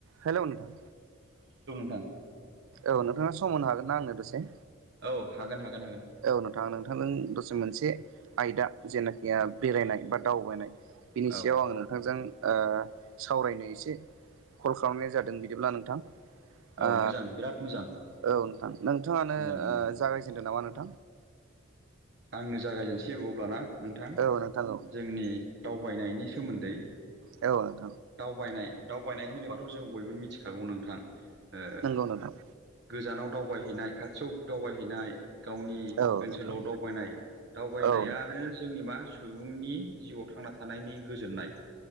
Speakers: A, on the right (about 70°); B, on the right (about 55°).
A: Hello नोंथां
B: ओं
A: औ नोंथाङा समावनो हागोन ना आंनो दसे
B: औ हागोन हागोन हागोन
A: औ नोंथां नोंथांजों दसे मोनसे आयदा जेनाखि बेरायनाय बा दावबायनाय बिनि
B: औ
A: सायाव आं नोंथांजों ओ सावरायनो एसे कल खालामनाय जादों बिदिब्ला नोंथां
B: औ
A: ओ
B: मोजां बिराद मोजां
A: औ नोंथां नोंथाङानो
B: मोजां मोनदों
A: जागायजेनदों नामा नों
B: आंनो जागायजेनसै अब्लाना नोंथां
A: औ नोंथां औ
B: जोंनि दावबायनायनि सोमोन्दै
A: औ
B: दावबायनाय दावबायनाय होनोबाथ' जों बयबो मिथिखागौ नोंथां ओ
A: नंगौ नोंथां।
B: गोजानाव दावबायहैनाय खाथियाव दावबायहैनाय गावनि
A: औ
B: ओनसोलाव
A: नोंथां
B: दावबायनाय दावबायनायानो
A: औ नोंथां
B: जोंनि मा सु बुंनि जिउआव थांना थानायनि गोजोननाय